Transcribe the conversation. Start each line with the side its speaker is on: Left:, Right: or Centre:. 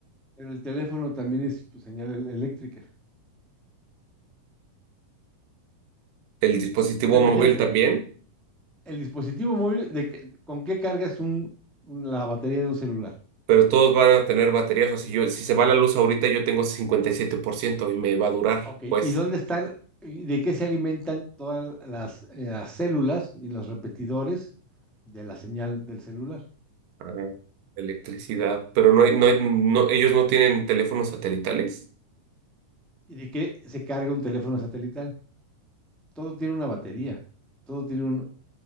Centre: pero el teléfono también es pues, señal el- eléctrica.
Right: El dispositivo
Centre: O sea, imagínate,
Right: móvil también.
Centre: El dispositivo móvil, de que- ¿con qué cargas un- la batería de un celular?
Right: pero todos van a tener baterías. O sea, si yo, si se va la luz ahorita, yo tengo 57% y siete por ciento y me va a durar,
Centre: Ok, ¿y
Right: pues,
Centre: dónde están, y de qué se alimentan todas las, eh, las células y los repetidores de la señal del celular?
Right: ah, electricidad. Pero no hay, no hay, no, ellos no tienen teléfonos satelitales.
Centre: ¿Y de qué se carga un teléfono satelital? Todo tiene una batería, todo tiene un,